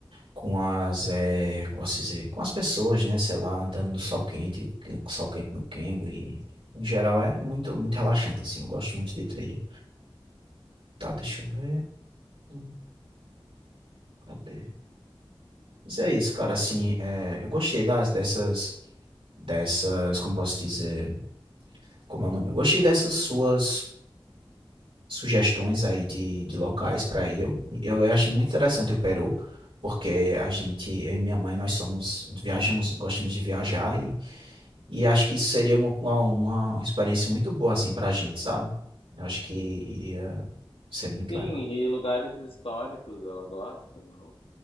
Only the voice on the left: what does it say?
Sim,
e lugares históricos ela gosta, não?